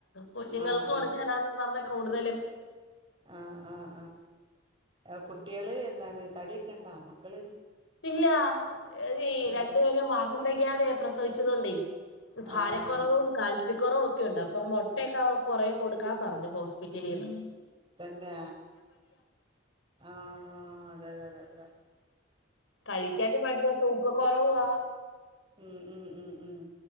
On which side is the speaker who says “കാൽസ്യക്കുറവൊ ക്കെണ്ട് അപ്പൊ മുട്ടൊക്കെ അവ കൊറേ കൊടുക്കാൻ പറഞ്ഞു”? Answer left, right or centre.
Left